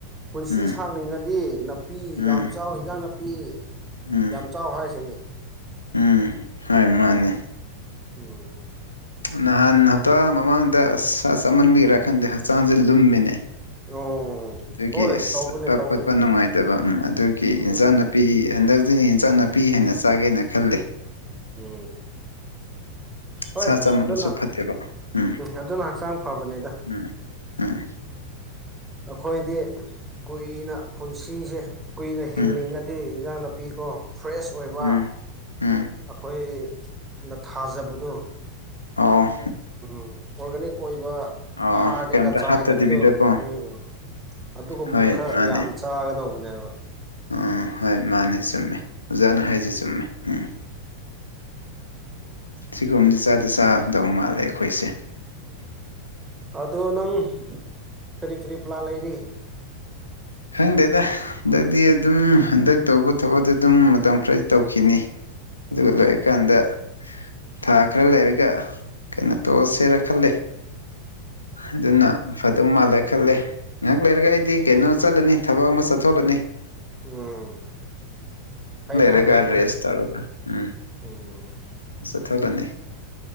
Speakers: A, on the right; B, on the left.
A: ꯄꯨꯟꯁꯤ
B: ꯎꯝ
A: ꯁꯥꯡꯂꯤꯉꯗꯤ ꯅꯥꯄꯤ
B: ꯎꯝ
A: ꯌꯥꯝ ꯆꯥꯎ ꯏꯟꯖꯥꯡ ꯅꯥꯄꯤ ꯅꯨꯅꯥꯄꯤ
B: ꯎꯝ
A: ꯌꯥꯝ ꯆꯥꯎ ꯍꯥꯏꯔꯤꯁꯤꯅꯤ
B: ꯎꯝ ꯍꯣꯏ ꯃꯥꯅꯦ
A: ꯎꯝ
B: ꯅꯍꯥꯟ ꯍꯞꯇꯥ ꯃꯃꯥꯡꯗ ꯑ ꯆꯃꯟꯕꯤꯒ꯭ꯔꯥ ꯈꯟꯗꯦ ꯍꯛꯆꯥꯡꯁꯦ ꯂꯨꯝꯃꯤꯅꯦ
A: ꯑꯣ
B: ꯑꯗꯨꯒꯤ
A: ꯍꯣꯏ ꯇꯧꯕꯅꯦ
B: ꯆꯠꯄ
A: ꯇꯧꯕꯅꯦ
B: ꯈꯣꯠꯄ ꯅꯨꯡꯉꯥꯏꯇꯕ ꯑꯗꯨꯒꯤ
A: ꯎꯝ
B: ꯏꯟꯁꯥꯡꯅꯨꯄꯤ ꯍꯟꯗꯛ ꯁꯤ ꯏꯟꯁꯥꯡ ꯅꯥꯄꯤ ꯍꯥꯏꯅ ꯆꯥꯒꯦꯅ ꯈꯜꯂꯤꯦ
A: ꯎꯝ ꯍꯣꯏ
B: ꯁꯥ ꯆꯃꯟꯕꯁꯨ
A: ꯑꯗꯨꯅ
B: ꯐꯠꯇꯦꯕ ꯎꯝ
A: ꯑꯗꯨꯅ ꯍꯛꯆꯥꯡ ꯐꯕꯅꯦꯗ
B: ꯎꯝ ꯑꯣꯏ
A: ꯑꯩꯈꯣꯏꯗꯤ ꯀꯨꯏꯅ ꯄꯨꯟꯁꯤꯁꯦ ꯀꯨꯏꯅ ꯍꯤꯡꯅꯤꯡꯉꯗꯤ
B: ꯎꯝ
A: ꯏꯟꯖꯥꯡꯅ ꯄꯤꯀꯣ ꯐ꯭ꯔꯦꯁ ꯑꯣꯏꯕ
B: ꯎꯝ ꯎꯝ
A: ꯑꯩꯈꯣꯏ
B: ꯎꯝ
A: ꯅ ꯊꯥꯖꯕꯗꯨꯣ
B: ꯑꯣ
A: ꯎꯝ ꯑꯣꯔꯒꯥꯅꯤꯛ ꯑꯣꯏꯕ
B: ꯑꯣ
A: ꯍꯥꯔ
B: ꯀꯩꯝꯇ
A: ꯀꯩꯀꯥ ꯆꯥꯏꯗꯕꯗꯣ
B: ꯍꯥꯞꯇꯗꯕꯤꯗꯀꯣ
A: ꯎꯝ ꯑꯗꯨꯒꯨꯝꯕꯗꯨꯣ
B: ꯍꯣꯏ
A: ꯈꯔ
B: ꯃꯥꯅꯦ
A: ꯌꯥꯝ ꯆꯥꯒꯗꯧꯕꯅꯦꯕ
B: ꯎꯝ ꯍꯣꯏ ꯃꯥꯅꯦ ꯆꯨꯝꯃꯦ ꯑꯣꯖꯥꯅ
A: ꯎꯝ
B: ꯍꯥꯏꯁꯦ ꯆꯨꯝꯃꯦ ꯎꯝ ꯁꯤꯒꯨꯝꯕꯗꯤ ꯆꯥꯗꯤ ꯆꯥꯗꯧ ꯃꯥꯜꯂꯦ ꯑꯩꯈꯣꯏꯁꯦ
A: ꯑꯗꯣ ꯅꯪ ꯀꯔꯤ ꯀꯔꯤ ꯄ꯭ꯂꯥꯟ ꯂꯩꯔꯤ
B: ꯈꯪꯗꯦꯗ ꯍꯟꯗꯛꯇꯤ ꯑꯗꯨꯝ ꯍꯟꯗꯛ ꯇꯧꯕ ꯊꯕꯛꯇꯣ ꯑꯗꯨꯝ ꯃꯇꯝ ꯈꯔꯗꯤ ꯇꯧꯈꯤꯅꯤ ꯑꯗꯨꯒꯂꯀꯗ
A: ꯎꯝ
B: ꯊꯥ ꯈꯔ ꯂꯩꯔꯒ ꯀꯩꯅꯣ ꯇꯧꯑꯁꯦꯔ ꯈꯂꯦ ꯑꯗꯨꯅ ꯐꯗꯧ ꯃꯥꯜꯂꯦ ꯈꯜꯂꯦ ꯉꯥꯏꯍꯥꯛ ꯂꯩꯔꯒ ꯗꯤ ꯀꯩꯅꯣ ꯆꯠꯂꯅꯤ ꯊꯕꯛ ꯑꯃ ꯆꯠꯊꯣꯛꯂꯅꯤ
A: ꯎꯝ ꯐꯩꯗ
B: ꯔ ꯀꯔ
A: ꯐꯩꯗ
B: ꯔꯦꯁꯇꯒ ꯎꯝ
A: ꯎꯝ
B: ꯆꯠꯊꯔꯅꯤ